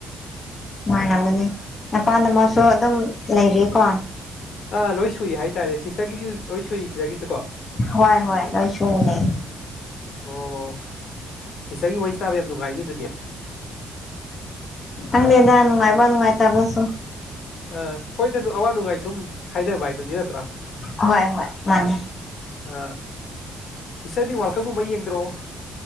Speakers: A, on the left; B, on the left.
A: ꯔꯝꯒꯅꯤ ꯃꯄꯥꯥꯟꯗ ꯑꯃꯁꯁꯨ ꯑꯗꯨꯝ ꯂꯩꯔꯤꯌꯦꯀꯣ
B: ꯑꯥ ꯂꯣꯏ ꯁꯨꯏ ꯍꯥꯏꯇꯥꯔꯦ ꯁꯤꯇꯒꯤꯗꯤ ꯂꯣꯏ ꯁꯨꯔꯤ ꯁꯤꯗꯒꯤꯁꯨꯀꯣ
A: ꯍꯣꯏ ꯍꯣꯏ ꯂꯣꯏ ꯁꯨꯅ ꯂꯩ
B: ꯑꯣ ꯁꯤꯁꯇꯔꯒꯤ ꯋꯥꯔꯤꯍ ꯇꯥꯕ ꯌꯥꯝ ꯅꯨꯡꯉꯥꯏꯅꯤ ꯑꯗꯨꯗꯤ
A: ꯑꯪꯦꯗ ꯅꯨꯡꯉꯥꯏꯕ ꯅꯨꯡꯉꯥꯏ ꯇꯕꯁꯨ
B: ꯑ ꯍꯣꯏꯗꯅꯨ ꯑꯋꯥ ꯅꯨꯡꯉꯥꯏ ꯁꯨꯝ ꯍꯥꯏꯅꯕ ꯍꯥꯏꯗꯨꯅꯤ ꯅ
A: ꯍꯣꯏ ꯍꯣꯏ ꯃꯥꯅꯦ
B: ꯑ ꯁꯤꯇꯔꯗꯤ ꯋꯥꯔꯜ ꯀꯞꯀꯨꯝꯕ ꯌꯦꯡꯗ꯭ꯔꯣ